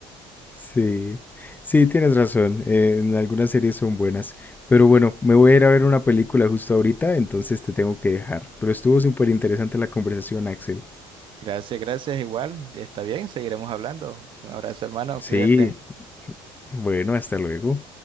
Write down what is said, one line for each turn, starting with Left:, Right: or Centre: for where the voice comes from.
Left: Sí, sí, tienes razón. eh, en algunas series son buenas. Pero bueno, me voy a ir a ver una película justo ahorita, entonces te tengo que dejar. Pero estuvo súper interesante la conversación, Axel.
Right: Gracias, gracias, igual, está bien, seguiremos hablando. Un abrazo, hermano,
Left: Sí,
Right: cuídate.
Left: bueno, hasta luego.